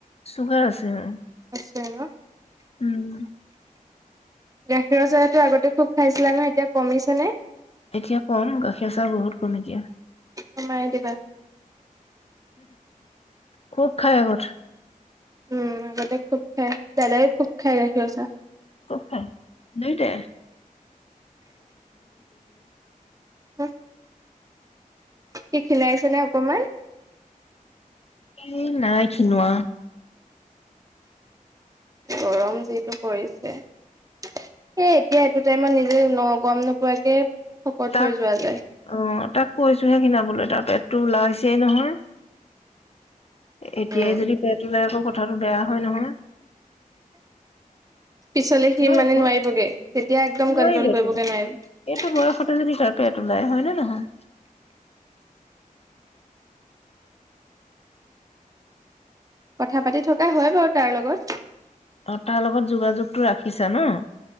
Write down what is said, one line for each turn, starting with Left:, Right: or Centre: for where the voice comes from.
Left: চুগাৰ আছে। হয়।
Right: আছে ন।
Left: উম
Right: গাখীৰৰ চাহটো আগতে খুব খাইছিলা ন এতিয়া কমিছে নে?
Left: এতিয়া কম। গাখীৰৰ চাহ বহুত কম এতিয়া।
Right: কমাই দিবা।
Left: খুব খাই আগত।
Right: উম আগতে খুব খায়। দাদাই খুব খুব খায় গাখীৰৰ চাহ।
Left: খুব খায় দুইটাই।
Right: হম সি খিলাইছে নে অকমান
Left: উ নাই খিনোৱা
Right: গৰম যিটো পৰিছে সেই এতিয়া এইটো টাইমত নিজে ন গম নোপোৱাকে শকত
Left: তাক
Right: হৈ যোৱা যায়।
Left: অ তাক কৈছো সেই কিনাবলৈ তাৰ পেট ওলাইছে নহয় এতিয়াই
Right: উম,
Left: যদি পেট ওলাই আকৌ আৰু বেয়া হয় নহয়
Right: পিছলে
Left: নোৱাৰিব
Right: সি মানে নোৱাৰিবগে তেতিয়া একদম
Left: নোৱাৰিবতো
Right: কন্ট্ৰল কৰিবগে নোৱাৰিব
Left: এইটো বয়সতে যদি কাৰ্পেট ওলাই হয় নে নহয়
Right: কথা পাতি থকা হয় বাৰু তাৰ লগত
Left: অ তাৰ লগত যোগাযোগ টো ৰাখিছা ন